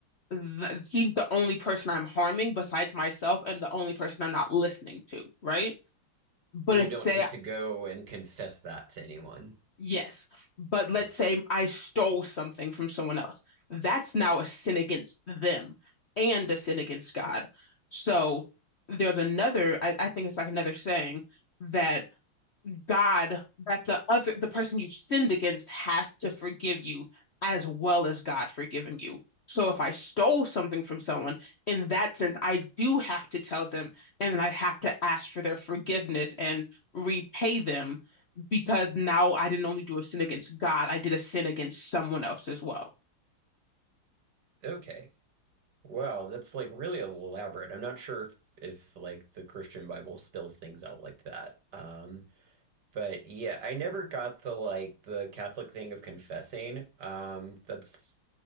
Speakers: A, on the left; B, on the right.
A: th she's the only person I'm harming besides myself and the only person I'm not listening to, right? But
B: so you
A: if
B: don't
A: say
B: need to go and confess that to anyone
A: yes, but let's
B: okay
A: say I stole something from someone else, that's now a sin against them and a sin against God. So there's another, I, I think it's like another saying that God that the other the person you've sinned against has to forgive you as well as God forgiving you. So if I stole something from someone, in that sense, I do have to tell them and then I have to ask for their forgiveness and repay them because now I didn't only do a sin against God, I did a sin against someone else as well.
B: okay Wow, that's like really elaborate. I'm not sure if, if like the Christian Bible spells things out like that. Um, but yeah, I never got the like the Catholic thing of confessing. Um, that's